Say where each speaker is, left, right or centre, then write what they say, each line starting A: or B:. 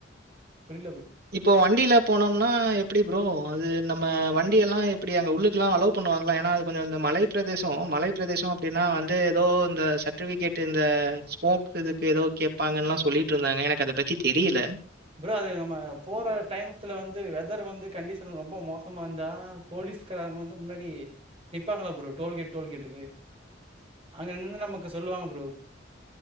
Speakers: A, on the right; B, on the right.
A: புரில ப்ரோ
B: இப்போ வண்டில போனோம்னா எப்டி ப்ரோ அது நம்ம வண்டி எல்லா எப்டி அங்க உள்ளுக்குலா அலோ பண்ணுவாங்ளா ஏனா அது கொஞ்சோ அந்த மலை பிரதேசோ மலை பிரதேசோ அப்டினா வந்து எதோ இந்த சட் டிவிகேட்டு இந்த ஸ்மோக் இதுக்கு எதோ கேப்பாங்கன்லா சொல்லிட்ருந்தாங்க எனக்கு அத பத்தி தெரியில
A: ப்ரோ அது நம்ம போற டைம்த்துல வந்து வெதர் வந்து கண்டிஷன் ரொம்ப மோசமா இர்ந்தா போலீஸ் காரங்க வந்து முன்னாடி நிப்பாங்கலா ப்ரோ டோல்கேட் டோல்கேட்டுக்கு அங்கங்கர்ந்து நமக்கு சொல்லுவாங்க ப்ரோ